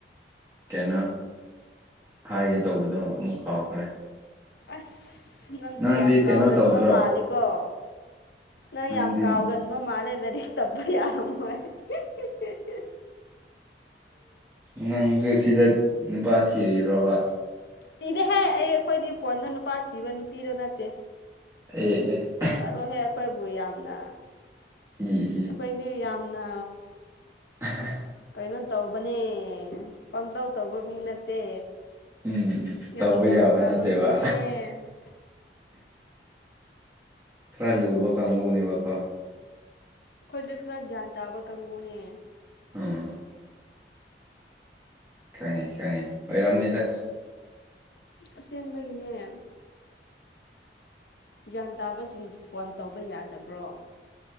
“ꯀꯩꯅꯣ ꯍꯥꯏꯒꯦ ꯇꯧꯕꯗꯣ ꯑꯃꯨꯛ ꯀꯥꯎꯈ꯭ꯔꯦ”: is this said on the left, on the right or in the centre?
Right